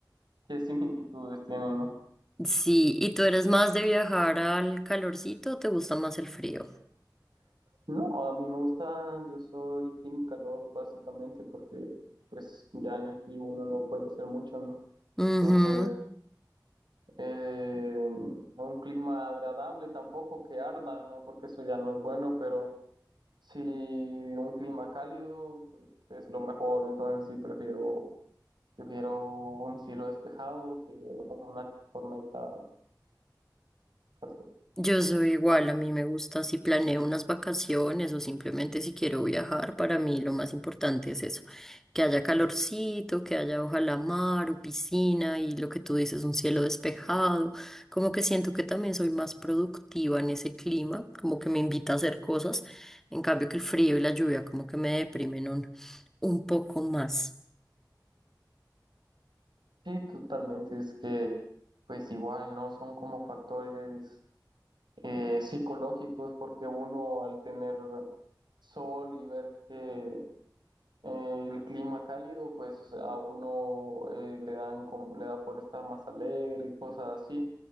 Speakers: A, on the right; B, in the centre.
A: qué similitudes tienen, ¿no?
B: Sí, ¿y tú eres más de viajar al calorcito o te gusta más el frío?
A: No, a mí me gusta, yo soy team calor básicamente porque pues ya en el frío uno no puede hacer mucho, ¿no?
B: Ujú.
A: Entonces... Eh, no un clima agradable tampoco que arda, ¿no? Porque eso ya no es bueno, pero si un clima cálido, pues es lo mejor. Entonces sí prefiero, prefiero un cielo despejado que una tormenta fuerte.
B: Yo soy igual, a mí me gusta si planeo unas vacaciones o simplemente si quiero viajar, para mí lo más importante es eso, que haya calorcito, que haya ojalá mar o piscina y lo que tú dices, un cielo despejado, como que siento que también soy más productiva en ese clima, como que me invita a hacer cosas, en cambio que el frío y la lluvia como que me deprimen un, un poco más.
A: Sí, totalmente. Es que, pues igual, ¿no? Son como factores eh, psicológicos, porque uno al tener sol y ver que Eh, el clima cálido, pues o sea, a uno eh, le dan, como- le da por estar más alegre y cosas así.